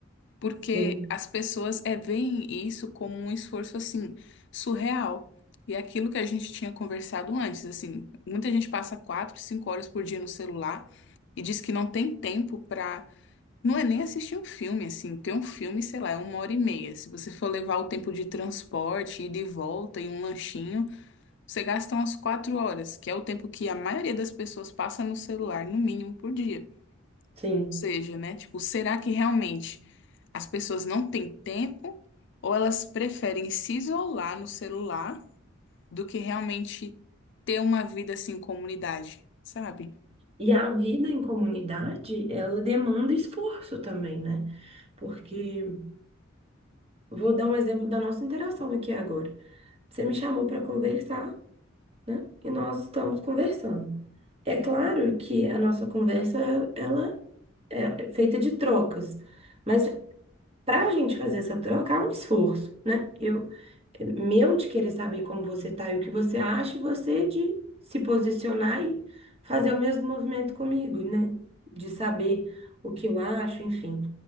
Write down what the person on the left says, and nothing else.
Porque
as pessoas é, veem isso como um esforço assim surreal. E é aquilo que a gente tinha conversado antes, assim, muita gente passa quatro, cinco horas por dia no celular e diz que não tem tempo pra. Não é nem assistir um filme, assim, porque um filme, sei lá, é uma hora e meia. Se você for levar o tempo de transporte, ida e volta e um lanchinho, você gasta umas quatro horas, que é o tempo que a maioria das pessoas passa no celular, no mínimo, por dia
seja, né? Tipo, será que realmente as pessoas não têm tempo ou elas preferem se isolar no celular do que realmente ter uma vida assim em comunidade, sabe?